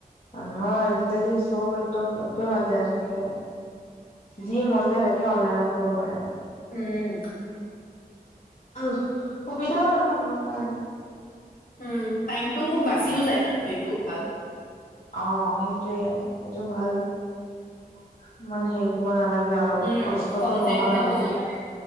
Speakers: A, on the left; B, on the left.
A: নহয় আজিকালি চব একদম একোৱে বাকী নাথাকে। যি মন যায় তাকে অনলাইনত কৰিব পাৰে।
B: উম।
A: অ', সুবিধা বাৰু মানুহৰ কাৰণে।
B: উম, টাইমটো বাচিও যায় আৰু সেইটো ভাল।
A: অ', সেইটোৱে, সেইটো ভাল। ইমান হেৰি কৰিব নালাগে আৰু
B: উম,
A: কষ্টটো
B: কম
A: নহয়
B: টাইমতে
A: মানুহৰ,
B: হৈ যায় মানে।